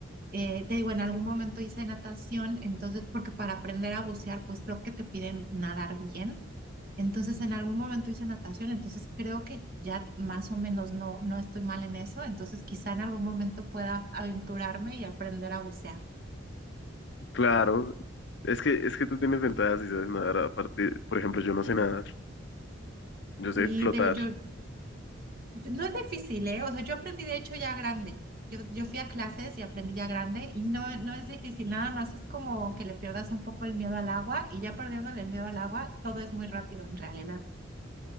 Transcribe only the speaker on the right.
Eh, te digo, en algún momento hice natación, entonces, porque para aprender a bucear, pues creo que te piden nadar bien. Entonces, en algún momento hice natación, entonces creo que ya más o menos no, no estoy mal en eso. Entonces, quizá en algún momento pueda aventurarme y aprender a bucear.
Sí,
digo, yo, No es difícil, ¿eh? O sea, yo aprendí de hecho ya grande. Yo, yo fui a clases y aprendí ya grande y no, no es difícil, nada más es como que le pierdas un poco el miedo al agua y ya perdiéndole el miedo al agua, todo es muy rápido en realidad.